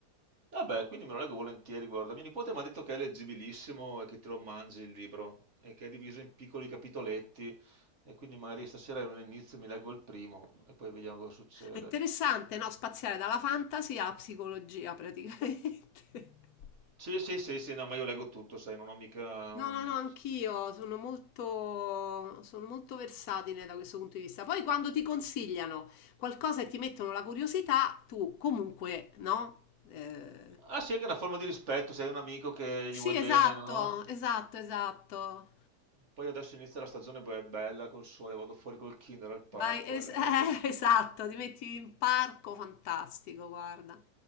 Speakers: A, on the right; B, on the left.
A: Vabbè, quindi me lo leggo volentieri, guarda. Mio nipote mi ha detto che è leggibilissimo e che te lo mangi il libro e che è diviso in piccoli capitoletti e quindi magari stasera non inizio, mi leggo il primo e poi vediamo cosa succede.
B: È interessante, no? Spaziare dalla fantasy alla psicologia praticamente. <laughs>
A: Sì, sì, sì, sì, no, ma io leggo tutto, sai, non ho mica...
B: No,
A: mm.
B: no, no, anch'io sono molto, sono molto versatile da questo punto di vista. Poi quando ti consigliano qualcosa e ti mettono la curiosità, tu comunque, no? Eh,
A: Ah sì, anche una forma di rispetto, sei un amico che
B: sì,
A: gli vuoi bene,
B: esatto,
A: no?
B: esatto, esatto.
A: Poi adesso inizia la stagione be- bella col sole, vado fuori col Kindle al parco
B: Vai, es-
A: e leggo.
B: <laughs> eh, esatto, ti metti in parco fantastico, guarda.